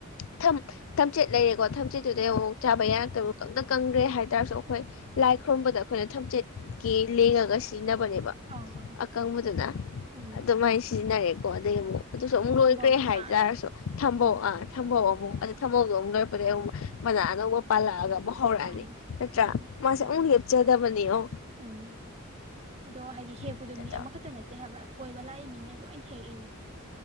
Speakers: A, on the left; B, on the right.
A: ꯊꯝ ꯊꯝꯆꯦꯠ ꯂꯩꯔꯦꯀꯣ ꯊꯝꯆꯦꯠꯇꯨꯗꯩ ꯑꯃꯨꯛ ꯆꯥꯕ ꯌꯥꯔꯛꯇꯕ ꯀꯪꯗ ꯀꯪꯈ꯭ꯔꯦ ꯍꯥꯏꯇꯥꯥꯔꯁꯨ ꯑꯩꯈꯣꯏ ꯂꯥꯏ ꯈꯨꯔꯨꯝꯕꯗ ꯑꯩꯈꯣꯏꯅ ꯊꯝꯆꯦꯠꯀꯤ ꯂꯦꯡꯉꯒ ꯁꯤꯖꯤꯟꯅꯕꯅꯦꯕ
B: ꯑꯪ ꯑꯪ
A: ꯑꯀꯪꯕꯗꯨꯅ
B: ꯎꯝ
A: ꯑꯗꯨꯃꯥꯏꯅ ꯁꯤꯖꯤꯟꯅꯔꯦꯀꯣ ꯑꯩ ꯑꯃꯨꯛ ꯑꯗꯨꯁꯨ ꯑꯃꯨꯛ
B: ꯊꯝꯕꯧꯁꯨ
A: ꯂꯣꯏꯈ꯭ꯔꯦ ꯍꯥꯏꯇꯥꯔꯁꯨ
B: ꯆꯥꯔꯦ
A: ꯊꯝꯕꯧ
B: ꯎꯝ
A: ꯑꯥ ꯊꯝꯕꯧ ꯑꯧ ꯑꯃꯨꯛ ꯑ ꯊꯝꯕꯧꯗꯣ ꯑꯃꯨꯛ ꯂꯣꯏꯔꯄꯗꯩ ꯑꯃꯨꯛ ꯃꯅꯥ ꯑꯅꯧꯕ ꯄꯥꯜꯂꯛꯑꯒ ꯑꯃꯨꯛ ꯍꯧꯔꯛꯑꯅꯤ
B: ꯑꯪ
A: ꯅꯠꯇ꯭ꯔꯥ
B: ꯃꯥꯅꯦ
A: ꯃꯥꯁꯦ
B: ꯃꯥꯅꯦ
A: ꯑꯃꯨꯛ ꯂꯦꯞꯆꯗꯕꯅꯤ ꯑꯣ
B: ꯎꯝ ꯑꯗꯣ ꯍꯥꯏꯗꯤ ꯍꯦꯞ
A: ꯌꯦꯡꯉꯣ
B: ꯗꯨ ꯃꯤ ꯑꯃꯈꯛꯇ ꯅꯠꯇꯦ ꯍꯥꯏꯕ ꯀꯣꯏꯕ ꯂꯥꯛꯏ ꯃꯤꯃꯩ ꯂꯣꯏꯅ ꯍꯦꯛꯏꯅꯦ